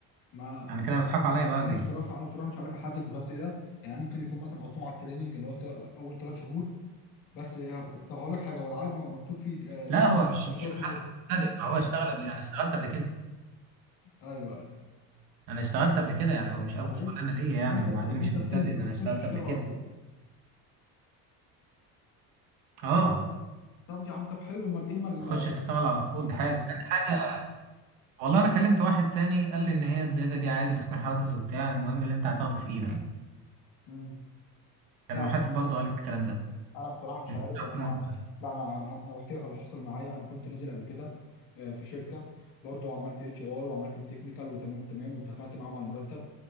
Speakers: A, on the left (about 70°); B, on the right (about 70°).
A: ما
B: يعني كده بيضحكوا عليا بقى ولا
A: انا بصراحه
B: ايه
A: انا بصراحه مش عارف احدد بالظبط ايه ده يعني ممكن يكون مثلا قصدهم على التريننج اللي هو تل- اول ثلاث شهور بس إيه، طب هقول لك حاجه هو العقد ما هو مكتوب فيه آه، سنه
B: لا هو مش
A: ولا
B: مش
A: ثلاث
B: محاسب
A: شهور
B: السعر، ما هو اشتغل قبل انا اشتغلت قبل كده
A: ايوه ايوه
B: انا اشتغلت قبل كده يعني هو مش اول
A: يعني
B: شغلانه ليا
A: يعني
B: يعني
A: انت
B: وبعدين
A: يعني
B: مش
A: انت
B: مبتدئ
A: سينيور
B: ده انا
A: هتخش
B: اشتغلت
A: تشتغل
B: قبل كده
A: على طول
B: اه
A: طب يا عم طب حلو امال ايه امال
B: اخش اشتغل على طول دي حاجه تاني حاجه والله انا كلمت واحد تاني قال لي ان هي الزياده دي عادي بتكون حافز وبتاع المهم اللي انت هتاخده في ايدك
A: مم.
B: كان
A: لا
B: محاسب
A: انا بصراحه
B: برضه قال الكلام ده
A: انا بصراحه مش
B: انت
A: عارف
B: إيه رأيك
A: يعني
B: في
A: انا
B: الموضوع ده؟
A: لا انا انا بحكي لك اللي حصل معايا انا كنت نازل قبل كده آه، في شركه برضو عملت اتش ار وعملت التكنيكال وتمام التمام واتفقت معاهم على المرتب